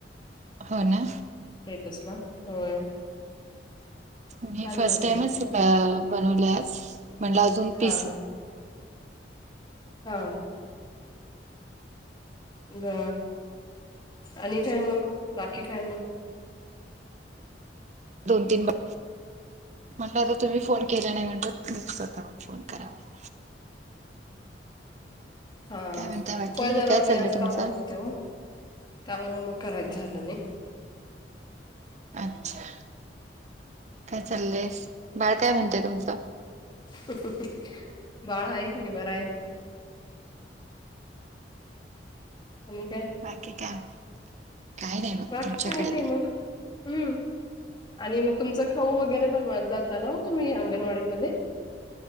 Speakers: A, on the right; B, on the left.
A: हो ना.
B: स्टेटस ला होय.
A: मी
B: छान
A: फर्स्ट
B: झाले
A: टाइमच ब बनवलय आज, म्हणलं अजून
B: हा
A: पीस
B: हा. ह आणि काय मग बाकी काय मग?
A: दोन तीन बा म्हणलं आता तुम्ही फोन केला नाही, म्हणलं मिच स्वतःहून फोन करावा.
B: हा
A: काय म्हणता बाकी
B: होय जरा
A: काय
B: मी
A: चाललंय
B: आज
A: तुमचं?
B: कामात होते हो, त्यामुळे मग करायचं झालं नाही.
A: अच्छा काय चाललंयस? बाळ काय म्हणतय तुमचं?
B: <unintelligible> बाळ हाय की बर हाय. आणि काय?
A: बाकी काय? काय नाही बघा
B: बाकी
A: तुमच्याकडे
B: काय नाही मग हम्म आणि मग तुमच खाऊ वगैरे बनवायला जाता ना ओ तुम्ही अंगणवाडी मध्ये